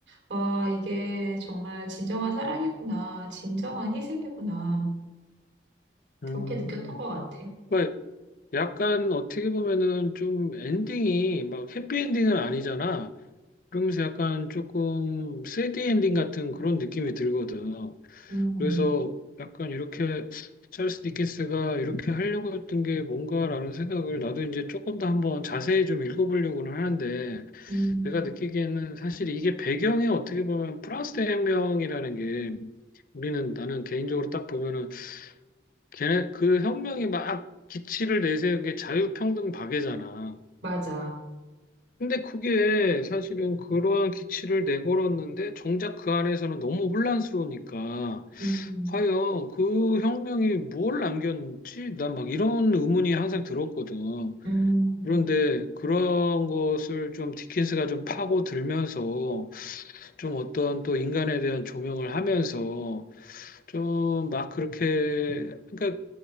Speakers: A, on the right; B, on the left.
A: 와, 이게 정말 진정한 사랑이구나. 진정한 희생이구나.
B: 음.
A: 그렇게 느꼈던 것 같아.
B: 왜 약간 어떻게 보면은 좀 엔딩이 막 해피엔딩은 아니잖아. 그러면서 약간 조금 3D 엔딩 같은 그런 느낌이 들거든.
A: 음,
B: 그래서 약간 이렇게 찰스 디킨스가 이렇게 하려고 했던 게 뭔가라는 생각을 나도 이제 조금 더 한번 자세히 좀 읽어보려고는 하는데
A: 음.
B: 내가 느끼기에는 사실 이게 배경이 어떻게 보면 프랑스 혁명이라는 게 우리는 나는 개인적으로 딱 보면은 걔네 그 혁명이 막 기치를 내세운 게 자유평등 박애잖아.
A: 맞아.
B: 근데 그게 사실은 그러한 기치를 내걸었는데 정작 그 안에서는 너무 혼란스러우니까
A: 음,
B: 과연 그 혁명이 뭘 남겼는지 난 막 이런 의문이 항상 들었거든.
A: 음,
B: 그런데 그런 것을 좀 디킨스가 좀 파고들면서 좀 어떤 또 인간에 대한 조명을 하면서 좀 막 그렇게 그러니까